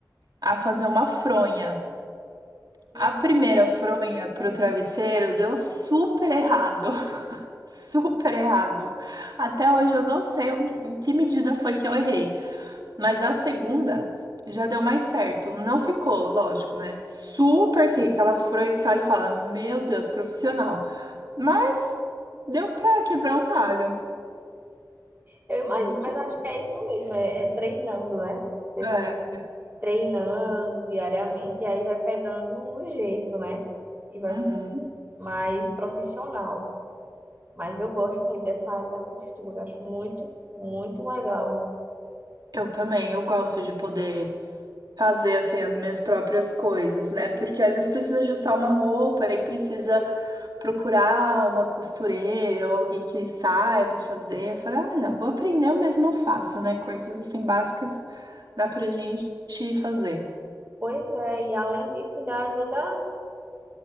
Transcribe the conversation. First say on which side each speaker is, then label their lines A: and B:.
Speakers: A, on the right; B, on the right.
A: a fazer uma fronha.
B: E
A: A
B: é-
A: primeira fronha pro travesseiro deu super errado, <laughs> super errado. Até hoje eu não sei onde- em que medida foi que eu errei. Mas a segunda já deu mais certo. Não ficou, lógico, né? Super seca. Ela furou que você olha e fala: Meu Deus, profissional. Mas deu pra quebrar um galho.
B: eu imagino,
A: Não foi-
B: mas eu acho que é isso mesmo, é, é treinando, né? Você
A: É.
B: vai treinando diariamente e aí vai pegando o jeito, né? E vai
A: Uhum.
B: ficar mais profissional. Mas eu gosto muito dessa área da costura, acho muito, muito legal.
A: Eu também, eu gosto de poder fazer assim as minhas próprias coisas, né? Porque às vezes precisa ajustar uma roupa e precisa procurar uma costureira ou alguém que saiba fazer. Eu falo, ah, não, vou aprender, eu mesma faço, né? Coisas assim básicas dá pra gente fazer.
B: Pois é, e além disso, ainda ajuda